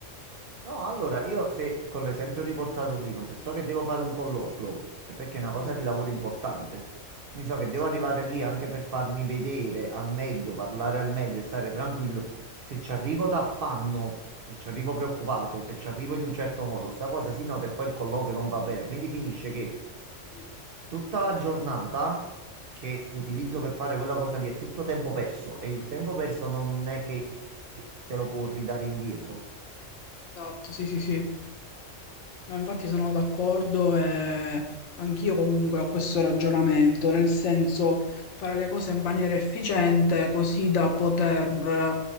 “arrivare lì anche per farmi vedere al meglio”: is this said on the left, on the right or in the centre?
Right